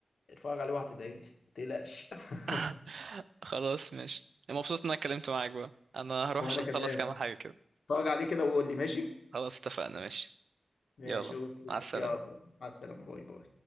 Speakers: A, on the left (about 75°); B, on the right (about 80°).
A: عليه وهتدعي لي ما تقلقش <laughs>
B: <laughs> خلاص ماشي مبسوط ان انا اتكلمت معاك بقى انا هروح
A: وانا
B: عشان
A: كمان
B: اخلص كام حاجة كده
A: اتفرج عليه كده وقول لي ماشي
B: خلاص اتفقنا ماشي
A: ماشي
B: يلا
A: اوكي
B: مع السلامة
A: يلا مع السلامة باي باي